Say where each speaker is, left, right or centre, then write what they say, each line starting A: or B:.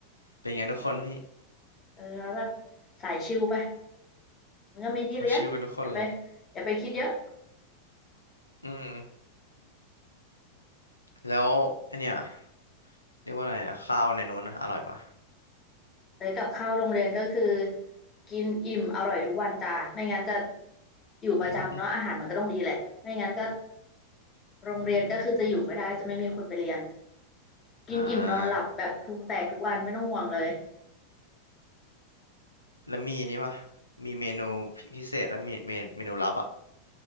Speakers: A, on the left; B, on the left.
A: เป็นไงทุกคนพี่
B: เออแล้วแบบสายชิลไปมันก็มีที่เรียนอย่าไป
A: เขาชิวกันทุกคนเลย
B: อย่าไปคิดเยอะ
A: อืมแล้วไอเนี่ยเรียกว่าอะไรอะข้าวในนู้นนะอร่อยปะ
B: เอ้ยกับข้าวโรงเรียนก็คือกินอิ่มอร่อยทุกวันจ้าไม่งั้นจะอยู่ประจำเนาะอาหารมันก็ต้องดีแหละไม่งั้นก็
A: <laughs>
B: โรงเรียนก็คือจะอยู่ไม่ได้จะไม่มีคนไปเรียนกินอิ่มนอนหลับแบบพุงแตกทุกวันไม่ต้องห่วงเลย
A: อ่า แล้วมีนี่ปะมีเมนูพิเศษแล้วมีเมนเมนูลับอ่ะ